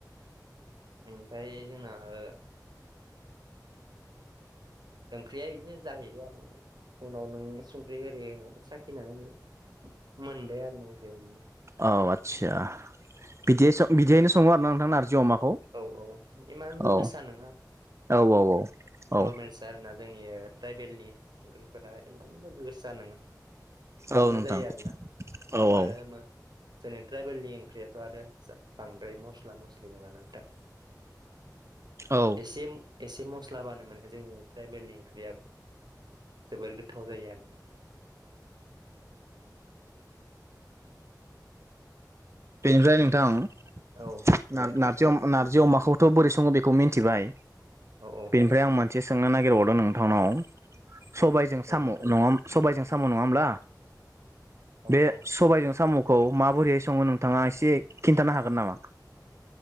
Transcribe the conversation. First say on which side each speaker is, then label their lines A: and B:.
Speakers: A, on the right; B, on the right.
A: बेनिफाय जोंना ओ ओंख्रिया इदिनो जाहैबाय आरो। उनाव नों संख्रि होरि होनानै साखिनानै नों मोनबाय आरोना ओंख्रिया इयो।
B: औ आस्सा बिदियै स बिदियैनो सङो आरो ना नोंथां नारजि अमाखौ?
A: औ औ इमानबो
B: औ
A: गोसा नङा
B: औ औ औ औ
A: नरमेलसो। सार ना जोंनि ओ ट्राइबेलनि ओंख्रिफोरा इमानबो गोसो नङा थाबनो
B: औ नोंथां
A: जायो आरोना
B: औ औ
A: आरो जोंनि ट्राइबेलनि ओंख्रियाथ' आरो बांद्राय मस्ला मस्लि नङा ना नोंथां।
B: औ
A: एसे एसे मस्लाबानो माने जोंनि ट्राइबेलनि ओंख्रिया जोबोर गोथाव जायो आरोना नोंथां।
B: बेनिफ्राय नोंथां
A: औ बुंलाय
B: नार
A: नोंथां
B: नारजि अ नारजि अमाखौथ' बोरै सङो बेखौ मिन्थिबाय।
A: औ औ।
B: इनिफ्राय आं मोनसे सोंनो नागिरबावदों नोंथांनाव सबायजों
A: दे
B: साम'
A: बुंलाय
B: नङा हो सबायजों साम' नङा होमब्ला
A: औ
B: बे
A: औ
B: सबायजों साम'खौ माबोरैहाय सङो नों नोंथाङा एसे खिन्थानो हागोन नामा?